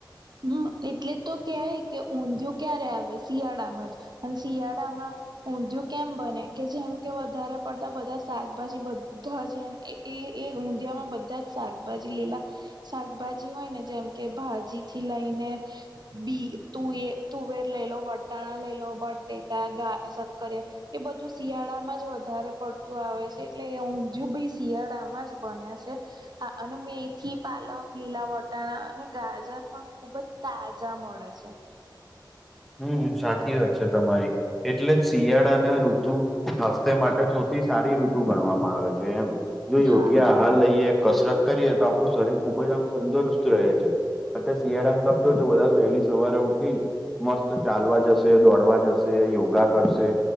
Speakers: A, on the right; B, in the centre.
A: હમ્મ એટલે તો કેય કે ઊંધિયું ક્યારે આવે શિયાળામાં જ. અને શિયાળામાં ઊંધિયું કેમ બને કે જેમ કે વધારે પડતા બધા શાકભાજી બધા જ એ એ એ ઊંધિયામાં બધા જ શાકભાજી લીલા શાકભાજી હોય ને જેમ કે ભાજી થી લઈને બી તુંએ તુવેર લઈ લો, વટાણા લઈ લો, બટેકા ગા સક્કરિયાં એ બધું શિયાળામાં જ વધારે પડતું આવે છે એટલે એ ઊંધયું બી શિયાળામાં જ બને છે. હા અને મેથી, પાલક, લીલા વટાણા અને ગાજર પણ ખુબ જ તાજા મળે છે..
B: હમ્મ, સાચી વાત છે તમારી. એટલે શિયાળા અને ઋતુ સ્વાસ્થ્ય માટે સૌથી સારી ઋતુ ગણવામાં આવે છે એમ. જો યોગ્ય
A: હા.
B: હાલ લઈએ, કસરત કરીએ તો આપણું શરીર ખુબ જ આમ તંદુરસ્ત રહે છે. સાથે શિયાળામાં તમ જોજો બધા વેહલી સવારે ઉઠીન મસ્ત ચાલવા જશે, દોડવા જશે, યોગા કરશે,